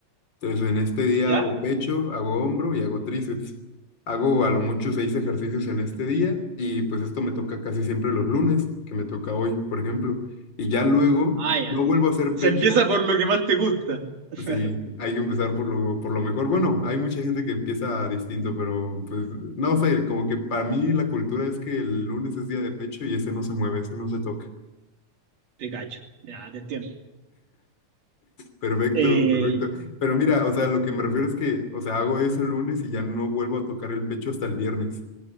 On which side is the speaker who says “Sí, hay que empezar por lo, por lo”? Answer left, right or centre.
Left